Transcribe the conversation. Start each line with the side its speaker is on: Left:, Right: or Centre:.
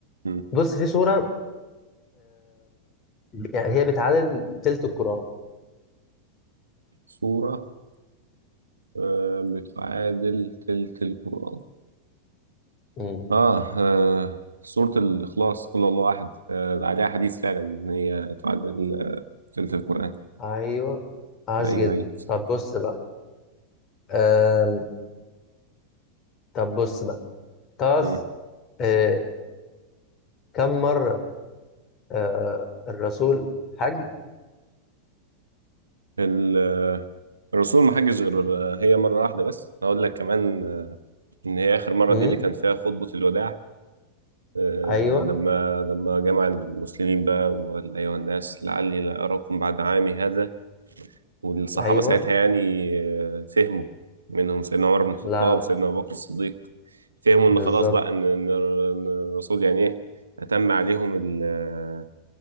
Right: مم.
Left: بص في سوره يعني هي بتعادل تلت الكرة
Right: سورة آه بتعادل تلت القرآن
Left: مم.
Right: آه, اه سورة الإخلاص قل هو الله أحد آه عليها حديث فعلا إن هي تعادل تلت القرآن
Left: ايوه عاش
Right: أيوه
Left: جدا
Right: أيوه صح
Left: طب بص بقى آم. طب بص بقى تعرف
Right: مم.
Left: آه. كم مرة آه. الرسول حج
Right: ال- آه، الرسول ما حجش غير هي مرة واحدة بس هقول لك كمان إن هي آخر مرة
Left: مم.
Right: دي اللي كان فيها خطبة الوداع آه،
Left: ايوه
Right: لما لما جمع المسلمين بقى وقال أيها الناس لعلي لا أراكم بعد عامي هذا والصحابة
Left: ايوه
Right: ساعتها يعني آه، فهموا منهم سيدنا عمر بن الخطاب
Left: لا لا
Right: سيدنا أبو بكر الصديق فهموا
Left: بالظبط
Right: إن خلاص بقى إن إن الر- إن الرسول يعني إيه أتم عليهم ال آه،